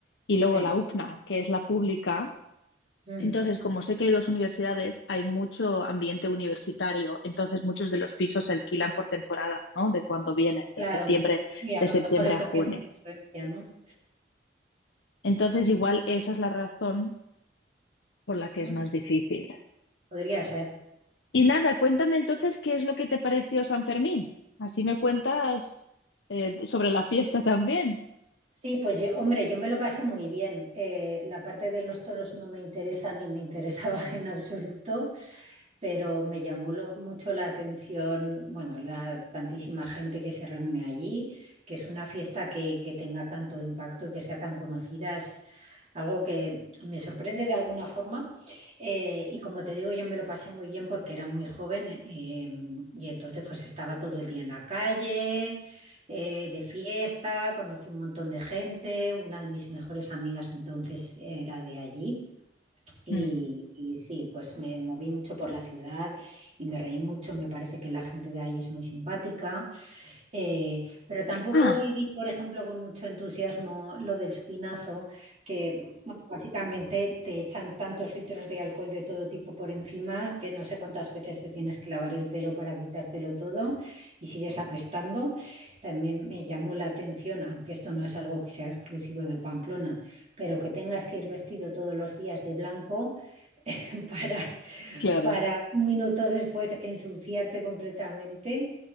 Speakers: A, on the left; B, on the right.
A: y luego
B: sí,
A: la UPNA, que es la pública,
B: mm,
A: Entonces, como sé que hay dos universidades, hay mucho ambiente universitario, entonces muchos de los pisos se alquilan por temporada, ¿no? De cuando vienen, de
B: claro,
A: septiembre,
B: sí, a
A: de
B: lo
A: septiembre
B: mejor eso
A: a junio.
B: tiene una influencia, ¿no?
A: Entonces, igual esa es la razón por la que
B: Mm,
A: es más difícil.
B: Podría ser.
A: Y nada, cuéntame entonces qué es lo que te pareció San Fermín. Así me cuentas eh, sobre la fiesta también.
B: Sí, pues yo, hombre, yo me lo pasé muy bien. Eh, la parte de los toros no me interesa ni me interesaba <laughs> en absoluto. pero me llamó lo- mucho la atención, bueno, la tantísima gente que se reúne allí, que es una fiesta que, que tenga tanto impacto y que sea tan conocida, es algo que me sorprende de alguna forma. Eh, y como te digo, yo me lo pasé muy bien porque era muy joven, eh, eh, y entonces pues estaba todo el día en la calle. eh, de fiesta, conocí un montón de gente, una de mis mejores amigas entonces era de allí. Y,
A: Mm.
B: y sí, pues me moví mucho por la ciudad y me reí mucho. Me parece que la gente de ahí es muy simpática. Eh, pero tampoco
A: Ah,
B: viví, por ejemplo, con mucho entusiasmo lo del chupinazo, que bueno, básicamente te echan tantos litros de alcohol de todo tipo por encima que no sé cuántas veces te tienes que lavar el pelo para quitártelo todo y sigues apestando. También me llamó la atención, aunque esto no es algo que sea exclusivo de Pamplona, pero que tengas que ir vestido todos los días de blanco <laughs> para,
A: claro,
B: para un minuto después ensuciarte completamente.